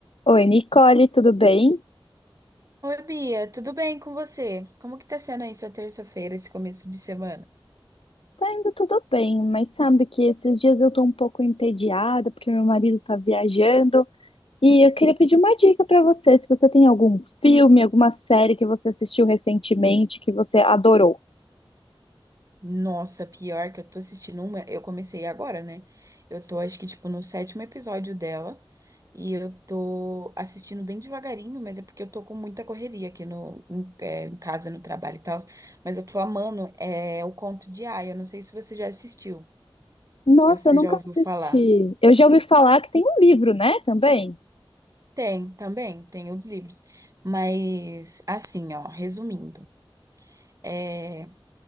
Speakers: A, on the left; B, on the right.
A: Oi, Nicole, tudo bem?
B: Oi, Bia, tudo bem com você? Como que tá sendo aí sua terça-feira, esse começo de semana?
A: Tá indo tudo bem, mas sabe que esses dias eu tô um pouco entediada porque meu marido tá viajando e eu queria pedir uma dica pra você, se você tem algum filme, alguma série que você assistiu recentemente que você adorou.
B: Nossa, pior que eu tô assistindo uma, eu comecei agora, né? Eu tô, acho que, tipo, no sétimo episódio dela, e eu tô assistindo bem devagarinho, mas é porque eu tô com muita correria aqui no, em, é, em casa, no trabalho e tal, mas eu tô amando, é, o Conto de Aia, eu não sei se você já assistiu,
A: Nossa,
B: ou se você
A: eu nunca
B: já ouviu
A: assisti.
B: falar.
A: Eu já ouvi falar que tem um livro, né, também?
B: Tem, também, tem os livros, mas, assim, ó, resumindo, é...